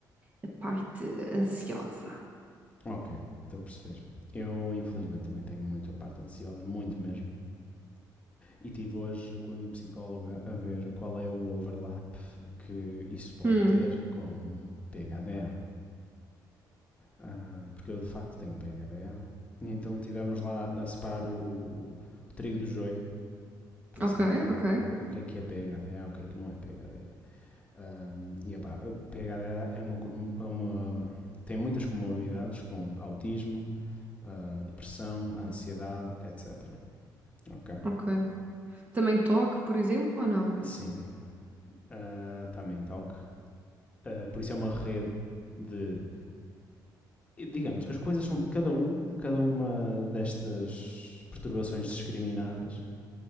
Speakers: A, on the right (about 20°); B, on the left (about 15°).
A: a parte ansiosa.
B: ok. Estou a perceber. Eu, infelizmente, também tenho muito a parte ansiosa, muito mesmo. E tive hoje com a minha psicóloga a ver qual é o overlap que isso pode
A: Hum,
B: ter com PHD ah, porque eu de facto tenho PHDA. E então tivemos lá a separar o, o- o trigo do joio, por
A: ok,
B: assim dizer,
A: ok,
B: de o que é que é PHDA, o que é que não é PHDA. Ahm, e opá, P H D a PHDA é uma, é uma- tem muitas comorbidades com autismo, ah, depressão, ansiedade, etc. Ok?
A: ok. Também toque, por exemplo, ou não?
B: Sim, ah, também toque. Ah, por isso é uma rede de digamos, as coisas são cada um, cada uma destas perturbações discriminadas